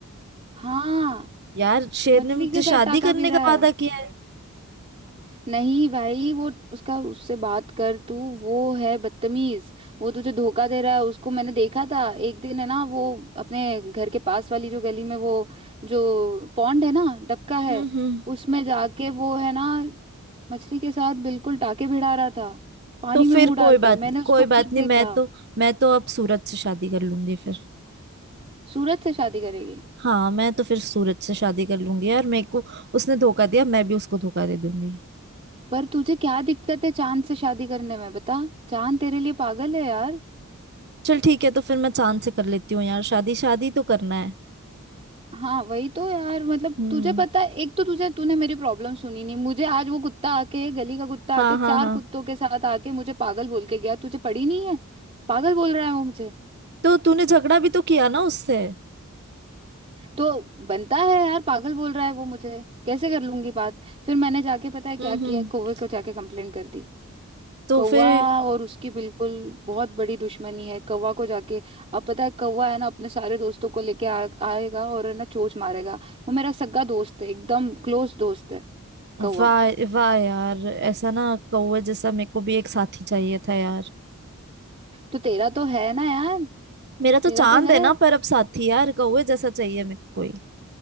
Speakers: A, on the right (about 30°); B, on the right (about 50°).
A: हाँ
B: यार शेर
A: मछली
B: ने मुझसे
A: के
B: शादी
A: साथ टाका
B: करने
A: भिड़ा
B: का
A: है
B: वादा किया है
A: नहीं भाई वो उसका उससे बात कर तू वो है बदतमीज वो तुझे धोखा दे रहा है उसको मैंने देखा था एक दिन है ना वो अपने घर के पास वाली जो गली में वो जो पॉन्ड है ना डबका है
B: हम्म हम्म।
A: उसमें जाके वो है ना मछली के साथ बिल्कुल टाके भिड़ा रहा था पानी
B: तो फिर
A: में मुंह डाल
B: कोई बात
A: के मैंने
B: नहीं
A: उसको
B: कोई
A: खुद
B: बात नहीं
A: देखा
B: मैं तो मैं तो अब सूरज से शादी कर लूंगी फिर
A: सूरज से शादी करेगी
B: हाँ मैं तो फिर सूरज से शादी कर लूंगी यार मेरे को उसने धोखा दिया मैं भी उसको धोखा दे दूंगी
A: पर तुझे क्या दिक्कत है चांद से शादी करने में बता चांद तेरे लिए पागल है यार
B: चल ठीक है तो फिर मैं चांद से कर लेती हूँ यार शादी शादी तो करना है
A: हाँ वही तो यार मतलब
B: हम्म
A: तुझे पता है एक तो तुझे तूने मेरी प्रॉब्लम सुनी नहीं मुझे आज वो कुत्ता आके गली का कुत्ता
B: हाँ
A: आके चार
B: हाँ हाँ
A: कुत्तों के साथ आके मुझे पागल बोल के गया तुझे पड़ी नहीं है पागल बोल रहा है वो मुझे
B: तो तूने झगड़ा भी तो किया ना उससे
A: तो बनता है यार पागल बोल रहा है वो मुझे कैसे कर लूंगी बात फिर मैंने जाके पता है क्या
B: हम्म
A: किया
B: हम्म
A: कौवे को जाके कंप्लेंट कर दी
B: तो
A: कौवा
B: फिर
A: और उसकी बिल्कुल बहुत बड़ी दुश्मनी है कौवा को जाके अब पता है कौवा है ना अपने सारे दोस्तों को लेके आ, आएगा और है ना चोंच मारेगा वो मेरा सगा दोस्त है एकदम क्लोज दोस्त है कौवा
B: वाह वाह यार ऐसा ना कौवे जैसा मेरे को भी एक साथी चाहिए था यार
A: तो तेरा तो है ना यार
B: मेरा तो
A: तेरा
B: चांद
A: तो है
B: है ना पर अब साथी यार कौवे जैसा चाहिए मेरे को कोई